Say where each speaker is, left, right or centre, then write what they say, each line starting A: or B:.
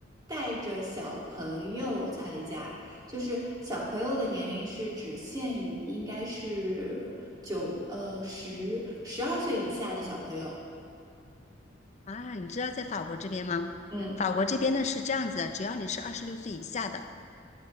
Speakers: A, on the right; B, on the left.
A: 带着小朋友参加，就是小朋友的年龄是只限于应该是九呃十十二岁以下的小朋友。
B: 啊，你知道在法国这边吗？
A: 嗯
B: 法国这边呢是这样子的，只要你是二十六岁以下的，